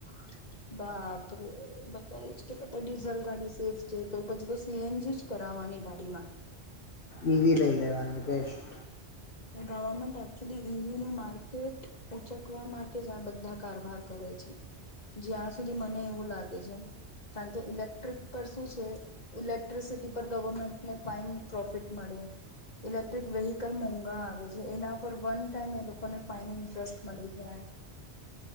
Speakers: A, on the left (about 40°); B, on the left (about 55°).
A: <inaudible> બાપરે બધા એજ કે ડીઝલ ગાડી સેફ છે તો પછી તો સીએનજી જ કરાવવાની ગાડીમાં
B: ઈવી લઈ લેવાનું કેેશ <unintelligible>
A: ગવર્મેન્ટ એકચુલી ઈવી નુ માર્કેટ ઉચકવા માટે જ આ બધા કારભાર કરે છે. જ્યાં સુધી મને એવું લાગે છે કારણ કે ઇલેક્ટ્રિક પર શું છે. ઇલેક્ટ્રિસિટી પર ગવર્મેન્ટને ફાઈન પ્રોફિટ મળે ઇલેક્ટ્રિક વેહકલ મો આવે છે એના પર વન ટાઈમ એ લોકોને ફાઇન ઇન્ટરેસ્ટ મળી જાય.